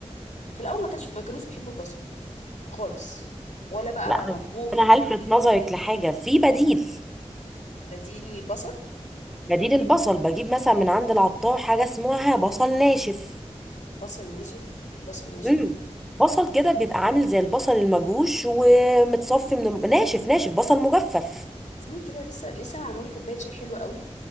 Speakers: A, on the left (about 85°); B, in the centre.
A: في الاول ما كانش ما كانوش بيحبوا البصل خالص ولا بقى
B: لا بس
A: مطبوخ
B: انا هلفت نظرك لحاجه في بديل
A: بديل البصل
B: بديل البصل بجيب مثلا من عند العطار حاجه اسمها بصل ناشف
A: بصل ناشف البصل ناشف
B: امم بصل كده بيبقى عامل زي البصل المجروش ومتصفي من الم- ناشف ناشف بصل مجفف
A: ثاني كده لسه لسه معمولي كوبايه شاي حلوه قوي